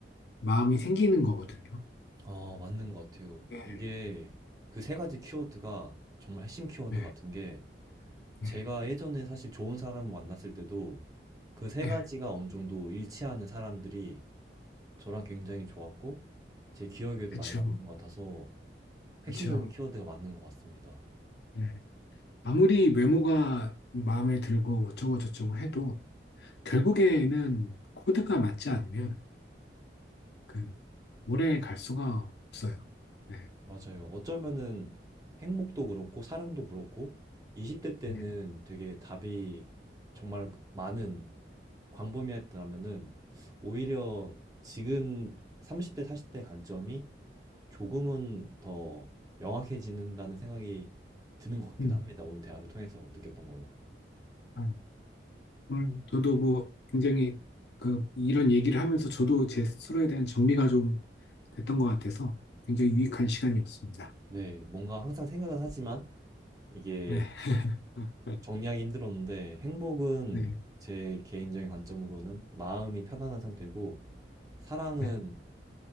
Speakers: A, on the left; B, on the right.
A: 마음이 생기는 거거든요.
B: 아, 맞는 것 같아요.
A: 네,
B: 이게 그 세 가지 키워드가 정말 핵심 키워드
A: 네,
B: 같은 게
A: 네,
B: 제가 예전에 사실 좋은 사람을 만났을 때도 그 세
A: 네,
B: 가지가 어느 정도 일치하는 사람들이 저랑 굉장히 좋았고 제 기억에도
A: 그쵸,
B: 많이 남는 것 같아서
A: 그쵸.
B: 핵심적인 키워드가 맞는 것 같습니다.
A: 네. 아무리 외모가 마음에 들고 어쩌고 저쩌고 해도 결국에는 코드가 맞지 않으면 그 오래 갈 수가 없어요. 네,
B: 맞아요. 어쩌면은 행복도 그렇고 사랑도 그렇고 20대 때는
A: 네.
B: 되게 답이 정말 많은 광범위했다면은 오히려 지금 30대, 40대 관점이 조금은 더 명확해지는다는 생각이 드는 것 같기도
A: 음.
B: 합니다. 오늘 대화를 통해서 느꼈던 거는.
A: 아, 오늘 저도 뭐 굉장히 그 이런 얘기를 하면서 저도 제 스스로에 대한 정리가 좀 됐던 것 같아서 굉장히 유익한 시간이었습니다.
B: 네, 뭔가 항상 생각은 하지만 이게
A: 네, <laughs> 네,
B: 정리하기 힘들었는데 행복은
A: 네,
B: 제 개인적인 관점으로는 마음이 편안한 상태고 사랑은
A: 네,